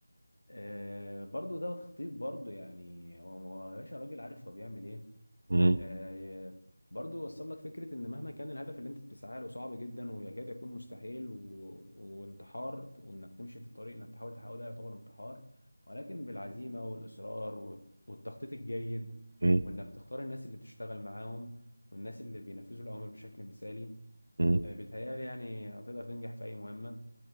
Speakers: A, on the left; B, on the right.
A: آه برضو ده تخطيط برضو يعني هو هو يا باشا راجل عارف هو بيعمل ايه
B: مم.
A: آه برضو وصل لك فكرة ان مهما كان الهدف اللي انت بتسعى له صعب جدا ويكاد يكون مستحيل و... وانتحار وانك تمشي في الطريق انك تحاول تحاول ده يعتبر انتحار ولكن بالعزيمة والاصرار و... والتخطيط الجيد
B: مم.
A: وانك تختار الناس اللي بتشتغل معاهم والناس اللي بينفذوا الاوامر بشكل مثالي
B: مم.
A: آه بيتهيألي يعني هتقدر تنجح في اي مهمة